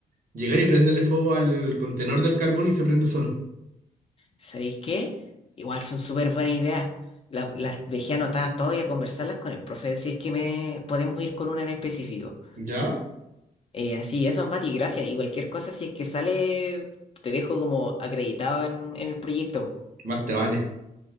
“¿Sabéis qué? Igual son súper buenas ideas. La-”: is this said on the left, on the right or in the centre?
Left